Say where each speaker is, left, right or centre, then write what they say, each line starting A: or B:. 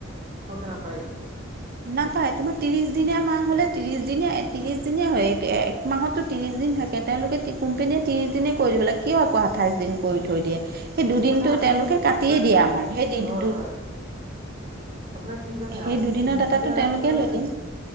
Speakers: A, on the right; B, on the right.
A: <unintelligible> নাপায়হি।
B: নাপায়, তোমাৰ ত্ৰিশ দিনীয়া মাহ হলে ত্ৰিশ দিনীয়া ত্ৰিশ দিনীয়া হয় এক এক মাহতো ত্ৰিশ। দিন থাকে, তেওঁলোকে কোম্পেনীয়ে ত্ৰিশ দিনে কৰি দিব লাগে কিয় আকৌ আঠাইশ দিন কৰি। দিয়ে সেই দুদিনটো
A: মানে আপুনি
B: তেওঁলোকে কাটিয়ে
A: আপোনাৰ
B: দিয়ে আমাক সেই।
A: হয় হয় আপোনাৰ কি জানে
B: সেই
A: আপুনি
B: দুদিনৰ
A: সি
B: ডাটাটো
A: এতিয়া
B: তেওঁলোকে
A: আপোনাৰ।
B: লৈ দিয়ে